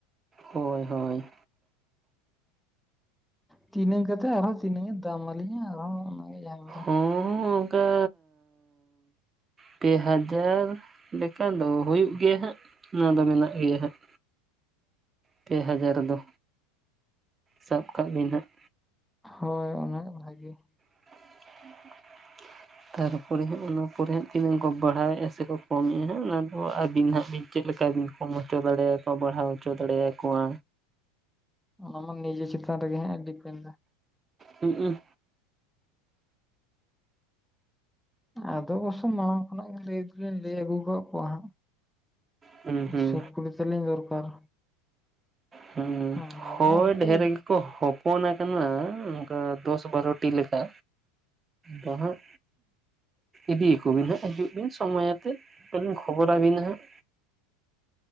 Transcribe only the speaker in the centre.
ᱛᱤᱱᱟᱹᱝ ᱠᱟᱛᱮ ᱟᱨᱦᱚᱸ ᱛᱤᱱᱟᱹᱝ ᱮ ᱫᱟᱢ ᱟᱹᱟᱞᱤᱧᱟ ᱟᱨᱦᱚᱸ ᱚᱱᱟᱜᱮ ᱡᱷᱟᱢᱮᱞᱟ᱾
ᱦᱳᱭ ᱚᱱᱟᱱᱟᱜ ᱵᱷᱟᱜᱮ
ᱟᱱᱟ ᱢᱟ ᱱᱤᱡᱮ ᱪᱮᱛᱟᱱ ᱨᱮᱜᱮ ᱰᱤᱯᱮᱱᱰ ᱟᱭ᱾
ᱟᱫᱚ ᱵᱚᱨᱥᱚ ᱢᱟᱲᱟᱝ ᱠᱷᱚᱱᱟᱜ ᱜᱮ ᱞᱟᱹᱭ ᱫᱚᱞᱤᱧ ᱞᱟᱹᱭ ᱟᱹᱜᱩ ᱠᱟᱜ ᱠᱚᱣᱟ ᱦᱟᱸᱜ
ᱥᱩᱠᱨᱤ ᱛᱟᱞᱤᱧ ᱫᱚᱨᱠᱟᱨ᱾
ᱦᱮᱸ ᱟᱫᱚ
ᱩᱱᱠᱩ